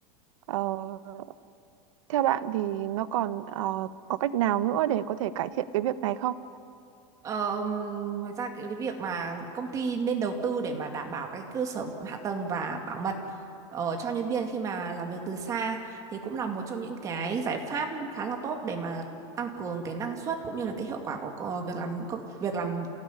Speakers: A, on the right; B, on the right.
A: uh, Theo bạn thì nó còn ờ, có cách nào nữa để có thể cải thiện cái việc này không?
B: Ờ, ngoài ra cái, cái việc mà công ty nên đầu tư để mà đảm bảo cái cơ sở hạ tầng và bảo mật ờ, cho nhân viên khi mà làm việc từ xa thì cũng là một trong những cái giải pháp khá là tốt để mà tăng cường cái năng suất cũng như là cái hiệu quả của co- việc làm công- việc làm